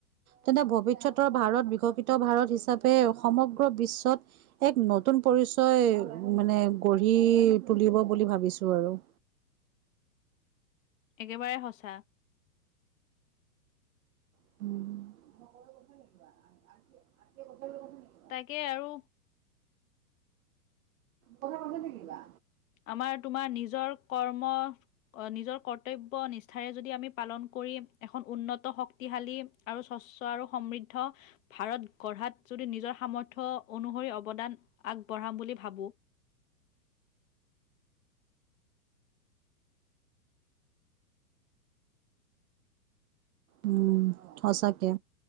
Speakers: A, on the right; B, on the left.
A: তেনে ভৱিষ্যতৰ ভাৰত বিকশিত ভাৰত হিচাপে সমগ্ৰ বিশ্বত এক নতুন পৰিচয় মানে গঢ়ি তুলিব বুলি ভাবিছো আৰু।
B: একেবাৰে সঁচা
A: উম বানান আনচি আন এই কথাটোকে কৈছে নেকি।
B: তাকে আৰু।
A: মোৰ কথা কৈছে নেকি কিবা?
B: আমাৰ তোমাৰ নিজৰ কৰ্ম নিজৰ কৰ্তব্য নিষ্ঠাৰে যদি আমি পালন কৰি এখন উন্নত শ ক্তিশালী আৰু স্বচ্ছ আৰু সমৃদ্ধ ভাৰত গঢ়াত যদি নিজৰ সামৰ্থ্য অনুসৰি অৱদান আগবঢ়াম বুলি ভাবো।
A: উম সঁচাকে